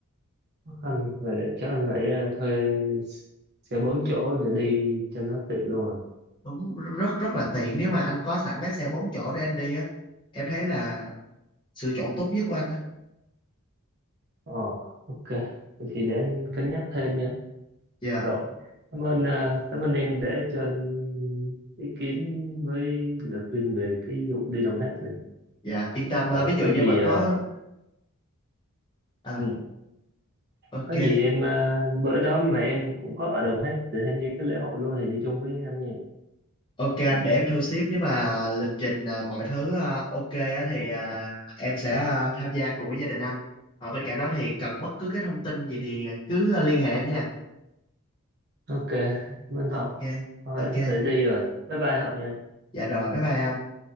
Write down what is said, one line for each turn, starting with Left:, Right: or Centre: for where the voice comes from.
Right: Khó khăn. Vậy là chắc anh phải ờ, thuê xe bốn chỗ để đi cho nó tiện luôn rồi.
Left: đúng rất rất là tiện nếu mà anh có sẵn cái xe bốn chỗ để anh đi á em thấy là sự chọn tốt nhất của anh á
Right: Ờ, ok. Vậy thì để anh cân nhắc thêm nha.
Left: dạ
Right: Rồi. Cảm ơn, ờ, cảm ơn em để cho anh ý kiến với lời khuyên về cái vụ đi Đồng Tháp này.
Left: dạ yên tâm
Right: Ờ,
Left: à, ví dụ
Right: có
Left: như
Right: gì,
Left: mà có
Right: ờ,
Left: à
Right: ừ,
Left: ok
Right: có gì em ờ, bữa đó mà em cũng có ở Đồng Tháp để tham gia cái lễ hội luôn thì đi chung với anh nha.
Left: ok anh để em thu xếp nếu mà lịch trình à, mọi thứ à, ok á thì à, em sẽ à, tham gia cùng với gia đình anh à, bên cạnh đó thì cần bất cứ cái thông tin gì thì cứ à, liên hệ em nha
Right: Ok. Cảm ơn Hậu.
Left: ok
Right: Thôi
Left: ok
Right: anh phải đi rồi. Bye bye Hậu nha.
Left: dạ rồi bye bye anh